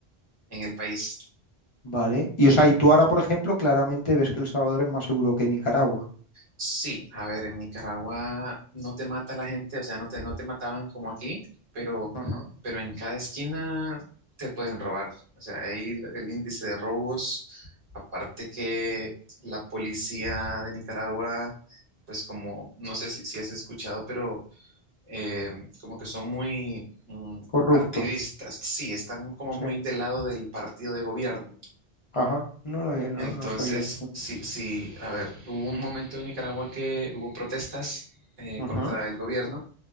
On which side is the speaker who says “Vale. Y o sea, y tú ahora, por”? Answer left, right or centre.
Left